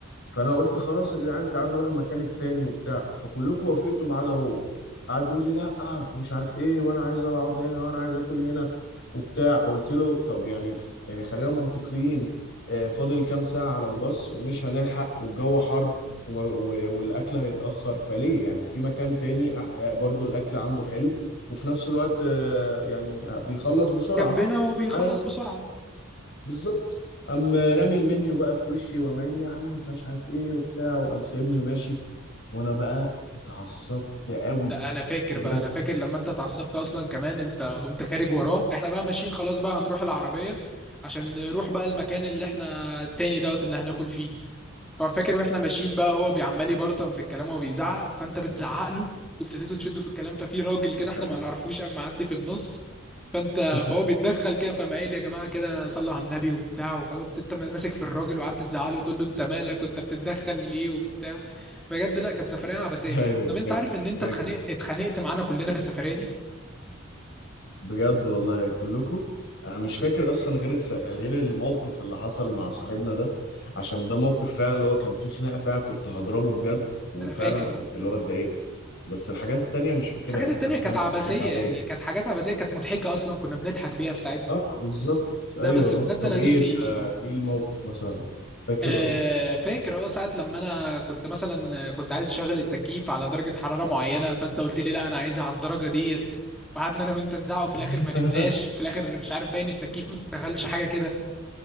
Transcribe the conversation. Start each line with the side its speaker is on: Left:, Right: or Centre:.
Left: فانا قلت خلاص يا جدعان تعالوا نروح المكان التاني وبتاع فكلكم وافقتوا ما عدا هو قعد يقول لي لا ومش عارف ايه وانا عايز اقعد هنا وانا عايز اكل هنا وبتاع قلت له طب يعني يعني خلينا منطقيين آه، فاضل كام ساعه على الباص ومش هنلحق والجو حر و- و- والاكل هيتاخر فليه يعني في مكان تاني آه، برضو الاكل عنده حلو وفي نفس الوقت آه، يعني بيخلص بسرعه
Centre: جنبنا وبيخلص
Left: ايوه
Centre: بسرعة
Left: بالظبط قام رامي المنيو بقى في وشي وقام قايل لي يا عم انت مش عارف ايه وبتاع وقام سايبني وماشي وانا بقى اتعصبت قوي
Centre: ده انا فاكر
Left: بجد
Centre: بقى انا فاكر لما انت اتعصبت اصلا كمان انت قمت خارج وراه احنا بقى ماشيين خلاص بقى هنروح العربية عشان نروح بقى المكان اللي احنا التاني دوت اللي هناكل فيه ففاكر واحنا ماشيين بقى هو بيعمال يبرطم في الكلام وبيزعق فانت بتزعق له وابتديتوا تشدوا في الكلام ففي راجل كده احنا
Left: ايوه
Centre: ما نعرفوش اما معدي في النص فانت
Left: <laughs>
Centre: فهو بيتدخل كده فقام قايل يا جماعه كده صلوا على النبي وبتاع وخلاص انت ماسك في الراجل وقعدت تزعق له وتقول له انت مالك وانت بتتدخل ليه وبتاع بجد لا كانت سفريه عبثيه
Left: ايوه
Centre: طب انت
Left: فاكر
Centre: عارف ان انت
Left: فاكر
Centre: اتخانقت اتخانقت معانا كلنا في السفريه دي
Left: بجد والله كلكم انا مش فاكر اصلا غير الس... غير الموقف اللي حصل مع صاحبنا ده عشان ده موقف فعلا اللي هو كان فيه خناقه فعلا كنت هضربه بجد وفعلا
Centre: انا فاكر
Left: كنت
Centre: اه
Left: اللي هو اتضايقت بس الحاجات التانية مش فاكرها
Centre: الحاجات
Left: يعني
Centre: التانية
Left: حاسس
Centre: كانت
Left: انها كانت
Centre: عبثية
Left: حاجات عاديه
Centre: يعني كانت حاجات عبثية كانت مضحكة أصلا كنا بنضحك بيها في ساعتها
Left: اه بالظبط ايوه
Centre: لا بس بجد
Left: آه. طب
Centre: أنا
Left: ايه
Centre: نفسي
Left: آه، ايه الموقف مثلا فاكر
Centre: آه،
Left: ولا
Centre: فاكر اه ساعة لما انا كنت مثلا كنت عايز اشغل التكييف على درجة حرارة معينة فانت قلت لي لا انا عايزها على الدرجة ديت وقعدنا انا وانت نزعق وفي الاخر
Left: <laughs>
Centre: ما نمناش في الاخر مش عارف باين التكييف ما اشتغلش حاجة كده